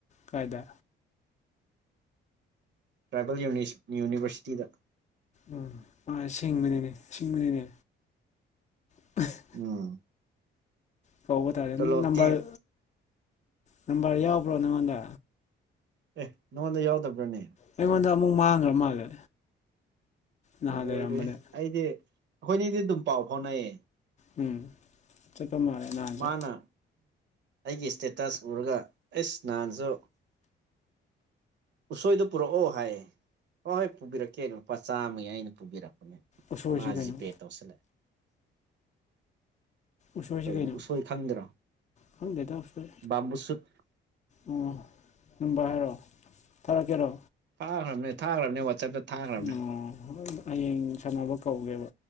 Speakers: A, on the left; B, on the right.
A: ꯀꯥꯏꯗ
B: ꯇ꯭ꯔꯥꯏꯕꯦꯜ ꯌꯨꯅꯤ ꯌꯨꯅꯤꯕꯔꯁꯤꯇꯤꯗ
A: ꯎꯝ ꯃꯥ ꯁꯤꯡꯕꯅꯤꯅꯦ ꯁꯤꯡꯕꯅꯤꯅꯦ <unintelligible>
B: ꯎꯝ
A: ꯇꯧꯕ ꯇꯥꯔꯦ
B: ꯇꯣꯂꯣꯞꯇꯤ
A: ꯅꯝꯕꯔ ꯅꯝꯕꯔ ꯌꯥꯎꯕ꯭ꯔꯣ ꯅꯪꯉꯣꯟꯗ꯫
B: ꯑꯦ ꯅꯉꯣꯟꯗ ꯌꯥꯎꯗꯕ꯭ꯔꯅꯦ꯫
A: ꯑꯩꯉꯣꯟꯗ ꯑꯃꯨꯛ ꯃꯥꯡꯈ꯭ꯔ ꯃꯥꯜꯂꯦ꯫ ꯅꯍꯥꯟ
B: ꯂꯣꯏꯔꯦꯍꯦ
A: ꯂꯩꯔꯝꯕꯅꯦ
B: ꯑꯩꯗꯤ ꯑꯩꯈꯣꯏꯅꯤꯗꯤ ꯑꯗꯨꯝ ꯄꯥꯎ ꯐꯥꯎꯅꯩ꯫
A: ꯎꯝ ꯆꯥꯠꯄ ꯃꯥꯜꯂꯦ꯫ ꯅꯍꯥꯟꯁꯨ
B: ꯃꯥꯅ ꯑꯩꯒꯤ ꯏꯁꯇꯦꯇꯁ ꯎꯔꯒ ꯑꯦꯁ ꯅꯍꯥꯟꯁꯨ꯫ ꯎꯁꯣꯏꯗꯨ ꯄꯨꯔꯛꯑꯣ ꯍꯥꯏꯌꯦ꯫ ꯍꯣꯏ ꯍꯣꯏ ꯄꯨꯕꯤꯔꯛꯀꯦ ꯂꯨꯄꯥ ꯆꯥꯝꯃꯒꯤ ꯑꯩꯅ ꯄꯨꯕꯤꯔꯛꯄꯅꯦ
A: ꯎꯁꯣꯏꯁꯤ
B: ꯃꯥ
A: ꯀꯩꯅꯣ
B: ꯖꯤꯄꯦ ꯇꯧꯁꯤꯜꯂꯛꯑꯦ꯫
A: ꯎꯁꯥꯏꯁꯨ
B: ꯀꯩꯅꯣ
A: ꯀꯩꯅꯧ
B: ꯎꯁꯣꯏ ꯈꯪꯗ꯭ꯔꯣ
A: ꯈꯪꯗꯦꯗ ꯎꯁꯨꯏ
B: ꯕꯥꯝꯕꯨ ꯁꯨꯠ
A: ꯑꯣ ꯑꯗꯨꯝꯕ ꯍꯥꯏꯔꯛꯑꯣ ꯊꯥꯔꯛꯀꯦꯔꯣ꯫
B: ꯊꯥꯈ꯭ꯔꯕꯅꯦ ꯊꯥꯈ꯭ꯔꯕꯅꯦ ꯋꯥꯆꯦꯞꯇ ꯊꯥꯈ꯭ꯔꯕꯅꯦ꯫
A: ꯑꯣ ꯍꯌꯦꯡ ꯁꯥꯟꯅꯕ ꯀꯧꯒꯦꯕ